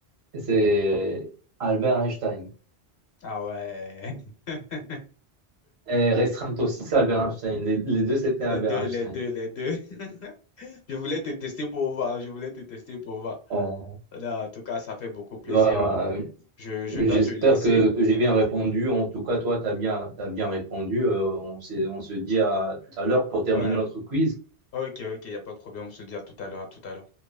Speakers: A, on the right; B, on the left.
A: c'est Albert Einstein.
B: Ah ouais. <laughs>
A: Et restreinte aussi, c'est Albert Einstein. Les, les deux, c'était
B: Les
A: Albert
B: deux,
A: Einstein.
B: les deux, les deux. <laughs> Je voulais te tester pour voir. Je voulais te tester pour voir.
A: Euh,
B: Là, en tout cas, ça fait beaucoup plaisir.
A: voilà.
B: Je, je
A: J'espère
B: dois te laisser.
A: que, que j'ai bien répondu. En tout cas, toi, tu as bien, t'as bien répondu. Euh, on s'est- on se dit à tout à l'heure pour terminer
B: Ouais.
A: notre quiz.
B: Ok, ok, il n'y a pas de problème. On se dit à tout à l'heure, à tout à l'heure.